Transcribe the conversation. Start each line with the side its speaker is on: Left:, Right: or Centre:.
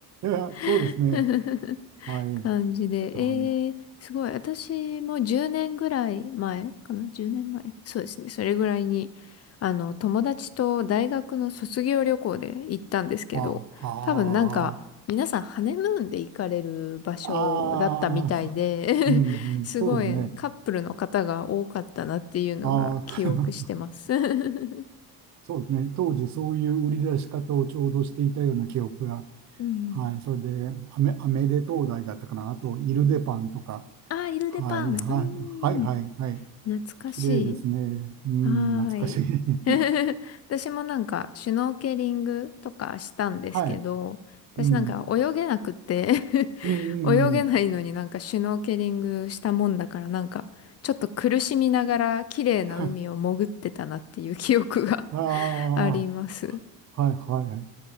Right: や、
Left: <laughs>
Right: そうですね。はい。
Left: 感じで、
Right: あの、
Left: えー、すごい。私も10年ぐらい前かな ?10 年前そうですね。それぐらいに、あの、友達と大学の卒業旅行で行ったんですけど、
Right: あ、あ
Left: 多分なんか、皆さんハネムーンで行かれる場所だったみたいで
Right: あ、あーそう、うん、
Left: <laughs>
Right: うん、
Left: すごいカップルの方が多かったなっていうのが記憶してます
Right: そうですね。ああ、
Left: <laughs>
Right: <laughs> そうですね。当時、そういう売り出し方をちょうどしていたような記憶が。
Left: うん。
Right: はい。それで、アメ、アメレ東大だったかな。あと、イルデパンとか。
Left: あー、イルデパン。
Right: はい、はい、
Left: う
Right: はい、
Left: ん。
Right: はい。はい
Left: 懐かしい。
Right: 綺麗ですね。うん、
Left: はーい。
Right: 懐かしい。<laughs>
Left: <laughs> 私もなんか、シュノーケリングとかしたんですけど、
Right: はい。
Left: 私なんか泳げなくて
Right: うん、
Left: <laughs>
Right: うん、う
Left: 泳げないのになんかシュノーケリングしたもんだからなんか、
Right: ん、うん。
Left: ちょっと苦しみながら綺麗な海を潜ってたなっていう記憶が
Right: <laughs> ああ、
Left: <laughs> あります。
Right: はい、は